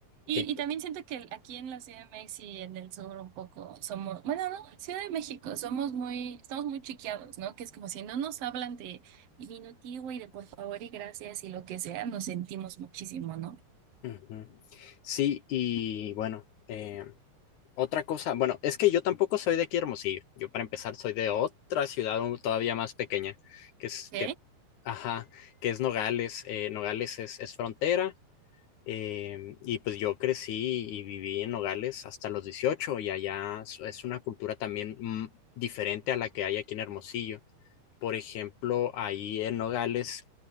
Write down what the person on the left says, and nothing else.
Eh,
ujú. Sí, y bueno, eh, Otra cosa, bueno, es que yo tampoco soy de aquí Hermosillo. Yo para empezar soy de otra ciudad un- todavía más pequeña, que es
que, ajá, que es Nogales. Eh, Nogales es, es frontera. em, y pues yo crecí y viví en Nogales hasta los 18 y allá es es una cultura también mm, diferente a la que hay aquí en Hermosillo por ejemplo, ahí en Nogales,